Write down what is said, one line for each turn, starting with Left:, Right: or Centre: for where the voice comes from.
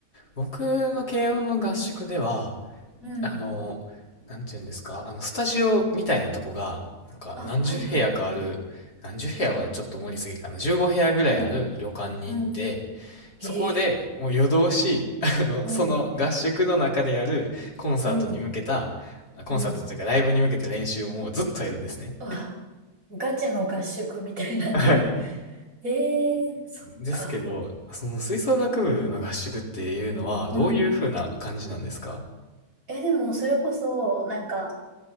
Left: 僕の軽音の合宿では、
Right: うん。
Left: あの、なんていうんですか、あの、スタジオみたいなとこが、なんか何十部屋かある、
Right: あ、はいはい。
Left: 何十部屋はちょっと盛りすぎかな、15部屋ぐらいある旅館に行って、
Right: うんうん。うんええ
Left: そこでもう夜通し、<laughs> あの、
Right: うん、
Left: その合宿の中でやるコンサートに向けた、
Right: うん、
Left: コンサートというかライブに向けた練習をもうずっとやるんですね。
Right: うん。うわ、ガチの合宿みたいなね。
Left: はい。
Right: <laughs> ええそっか。
Left: ですけど、その吹奏楽部の合宿っていうのはどういう風な感じなんですか
Right: うん。え、でも、それこそ、なんか、